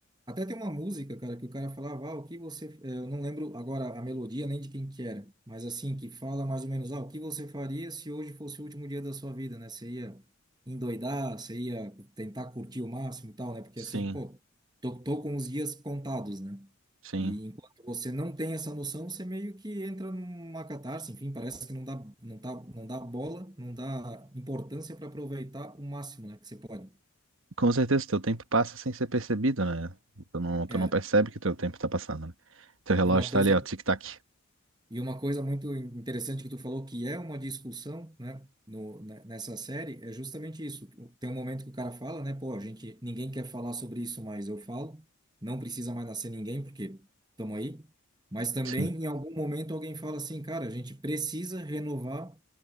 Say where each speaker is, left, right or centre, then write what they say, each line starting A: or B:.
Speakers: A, on the right; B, on the right.
A: até tem uma música, cara, que o cara falava, ah, o que você... eh, Eu não lembro agora a melodia nem de quem que era, mas assim, que fala mais ou menos, ah, o que você faria se hoje fosse o último dia da sua vida, né? Você ia endoidar, você ia tentar curtir o máximo e tal, né? Porque
B: Sim,
A: assim, pô, tô, tô com os dias contados, né?
B: sim.
A: E enquanto você não tem essa noção, você meio que entra numa catarse, enfim, parece que não dá, não tá, não dá bola, não dá importância para aproveitar o máximo, né, que você pode.
B: Com certeza teu tempo passa sem ser percebido, né? Tu não, tu
A: É.
B: não percebe que teu tempo tá passando, né? Teu relógio
A: E uma coisa,
B: tá ali, ó, tic-tac.
A: e uma coisa muito interessante que tu falou que é uma discussão, né, no, ne- nessa série, é justamente isso. Tem um momento que o cara fala, né, pô, a gente, ninguém quer falar sobre isso, mas eu falo. Não precisa mais nascer ninguém, porque estamos aí. Mas também,
B: Sim.
A: em algum momento, alguém fala assim, cara, a gente precisa renovar